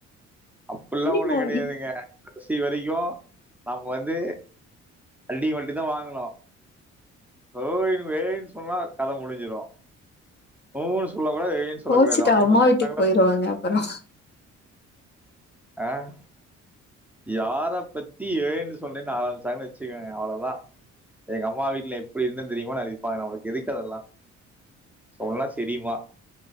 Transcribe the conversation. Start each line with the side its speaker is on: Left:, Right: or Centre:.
Centre: அப்ட்ல்லாம்
Left: இல்லைங்க
Centre: ஒண்ணு கிடையாதுங்க.
Left: இப்
Centre: கடைசி வரைக்கும் நம்ம வந்து அடி மட்டும் தான் வாங்கணும் ஓய் ஏய் சொன்னா கதை முடிஞ்சிடும் ம்ம் ய் சொல்ல கூடாது ஏய் சொல்லக்
Left: கோவிச்சுட்டு
Centre: கூடாது அவங்க
Left: அம்மா
Centre: என்ன சொன்னாங்க
Left: வீட்டுக்கு போயிருவாங்க அப்புறம்.
Centre: ஆஹ். யார பத்தி ஏன்னு சொல்றேன்னு ஆரம்பிச்சாங்கன்னு வச்சுக்கங்க அவ்வளவுதா எங்க அம்மா வீட்டுல எப்டி இருந்தேன்னு தெரியுமா நா இருப்பாங்க அவளுக்கு எதுக்கதல்ல சொன்னலா செரியுமா